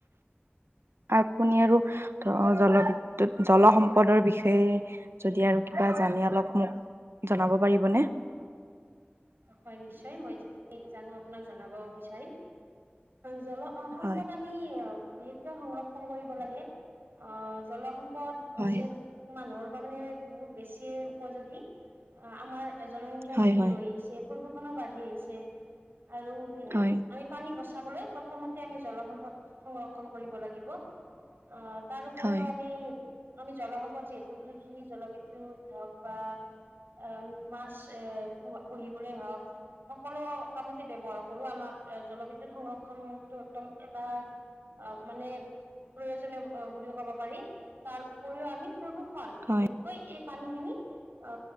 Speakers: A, on the right; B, on the right.
A: আপুনি আৰু ধৰ জলবিদ্যৎ জলসম্পদৰ বিষয়ে। যদি আৰু কিবা জানি অলপ মোক জনাব পাৰিবনে।
B: হয় নিশ্চয় মই যিখিনি জানো আপোনাক জনাব বিচাৰিম জল। অ সম্পদ
A: হয়
B: আমি বিশেষকৈ সংৰক্ষণ কৰিব লাগে অ জলসম্পদ। হৈছে
A: হয়
B: মানুহৰ মানে বহুত বেছি উপযোগী আমাৰ। জনসংখ্যয়াাও
A: হয়
B: বৃদ্ধি
A: হয়
B: হৈ আহিছে, প্ৰদূষণো বাঢ়ি আহিছে আৰু উম
A: হয়
B: আমি পানী বচাবলৈ প্ৰথমতে আমি জলসম্পদ সংৰক্ষন কৰিব লাগিব। অঁ তাৰ উপৰিও
A: হয়
B: আমি আমি জলসম্পদ যিহেতু কৃষি জলবিদ্যু ধৰক বা আ--ম মছ এপুৱা পুহিবলে হওক। সকলো কামতে ব্যৱহাৰ কৰো। আমাক জলবিদ্যুৎ সংৰ ক্ষণটো একদম এটা অ মানে প্ৰয়োজনীয় অ বুলি ক'ব পাৰি। তাৰ উপৰিও আমি প্ৰদূৰ্ষণ
A: হয়
B: বিশেষকৈ এই পানীখিনি অ